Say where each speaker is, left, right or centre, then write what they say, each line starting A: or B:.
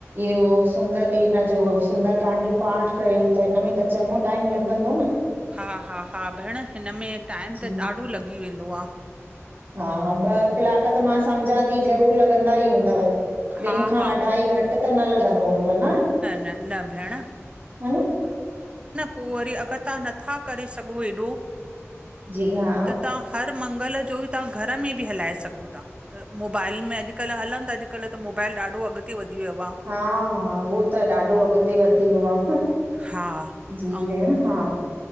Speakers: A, on the right; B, on the right.
A: इहो सुंदर इन जो सुंदरकांड जो पाठ कयो त, इनमें त चॻो टाइम लॻंदो न?
B: हा-हा-हा भेण, हिन में टाइम
A: जी
B: त ॾाढो लॻी वेंदो आं।
A: हा ॿ कलाक त मां सम्झां ती, ज़रूर लॻंदा ई हूंदव?
B: हा
A: ॿिनि खां
B: हा
A: अढाई घ घटि त न लॻंदो हूंदोव न
B: न न भेण
A: हन?
B: पो वरी अगरि तव्हां नथा करे सघो एॾो,
A: जी हा
B: त तां हर मंगल जो ई तव्हां घर में ॿि हलाए सघो ता, मोबाइल में अॼकल्ह हलंद था अॼ अॼुकल्ह त मोबाइल ॾाढो अॻिते वधी वियो आं।
A: हा-हा उहो त ॾाढो अॻिते वधी वियो आं।
B: हा
A: जी
B: ऐं
A: भेण हा।